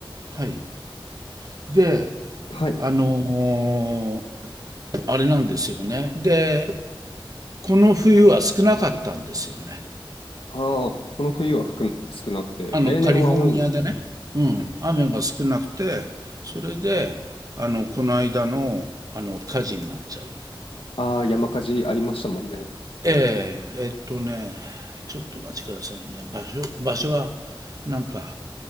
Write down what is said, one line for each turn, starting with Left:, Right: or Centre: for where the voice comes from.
Right: はい。で、
Left: はい。
Right: あのーあれなんですよね。で、この冬は少なかったんですよね。
Left: ああ、この冬は少少なくて、
Right: あの、
Left: 例年は多いんですね。
Right: カリフォルニアでね。うん、雨が少なくて、それで、あの、この間の、あの、火事になっちゃう。
Left: ああ、山火事ありましたもんね。
Right: ええ、えっとね、ちょっとお待ちくださいね。場所、場所は、なんか、